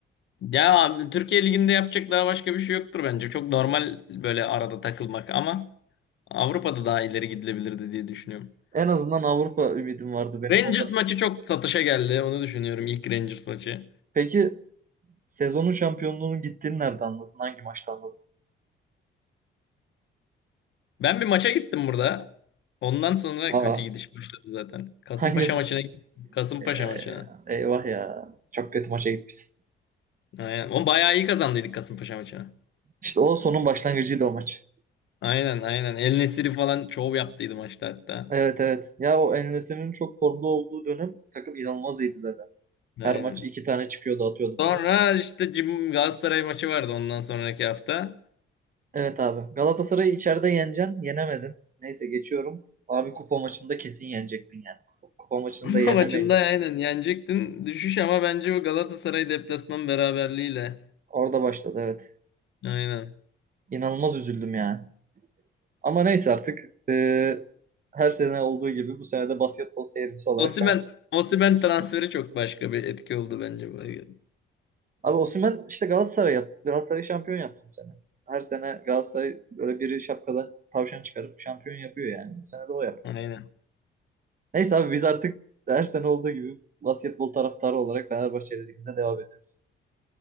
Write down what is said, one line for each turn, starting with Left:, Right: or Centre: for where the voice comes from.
Left: Ya abi, Türkiye Ligi'nde yapacak daha başka bir şey yoktur bence. Çok normal böyle arada takılmak ama Avrupa'da daha ileri gidilebilirdi diye düşünüyorum.
Right: En azından Avrupa ümidim vardı benim
Left: Rangers
Right: o da.
Left: maçı çok satışa geldi. Onu düşünüyorum ilk Rangers maçı.
Right: Peki s- sezonun şampiyonluğunun gittiğini nerede anladın? Hangi maçta anladın?
Left: Ben bir maça gittim burada. Ondan sonra
Right: Aa,
Left: kötü gidiş başladı zaten. Kasımpaşa
Right: hangi?
Left: maçına gittim. Kasımpaşa
Right: Ee,
Left: maçına.
Right: eyvah ya. Çok kötü maça gitmişsin.
Left: Aynen. O bayağı iyi kazandıydık Kasımpaşa maçına.
Right: İşte o sonun başlangıcıydı o maç.
Left: Aynen aynen. El Nesiri falan şov yaptıydı maçta hatta.
Right: Evet evet. Ya o En-Nesyri'nin çok formda olduğu dönem takım inanılmaz iyiydi zaten.
Left: Aynen.
Right: Her maç iki tane çıkıyordu atıyordu
Left: Sonra
Right: falan.
Left: işte Cim- Galatasaray maçı vardı ondan sonraki hafta.
Right: Evet abi. Galatasaray'ı içeride yeneceksin. Yenemedin. Neyse geçiyorum. Abi kupa maçında kesin yenecektin yani. Kupa, kupa maçında
Left: <laughs>
Right: yenemeyin.
Left: Bu maçında aynen yenecektin. Düşüş ama bence o Galatasaray deplasman beraberliğiyle.
Right: Orada başladı evet.
Left: Aynen.
Right: İnanılmaz üzüldüm yani. Ama neyse artık eee, her sene olduğu gibi bu sene de basketbol seyircisi olarak
Left: Osimhen,
Right: ben...
Left: Osimhen transferi çok başka bir etki oldu bence buraya.
Right: Abi Osimhen işte Galatasaray yaptı. Galatasaray şampiyon yaptı bu sene. Her sene Galatasaray böyle biri şapkadan tavşan çıkarıp şampiyon yapıyor yani. Bu sene de o yaptı.
Left: Aynen.
Right: Neyse abi biz artık her sene olduğu gibi basketbol taraftarı olarak Fenerbahçe'de bize devam ediyoruz.